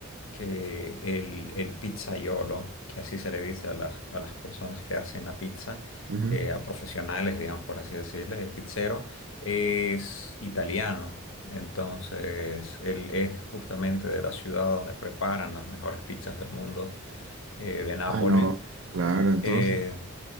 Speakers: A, on the left; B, on the right.
A: que el, el pizzaiolo, que así se le dice a las, a las personas que hacen la pizza,
B: Ujú.
A: eh, a profesionales, digamos, por así decirle, el pizzero, es italiano. Entonces, él es justamente de la ciudad donde preparan las mejores pizzas del mundo, eh, de Nápoles.
B: Ah, no, claro,
A: Eh,
B: entonces.
A: eh,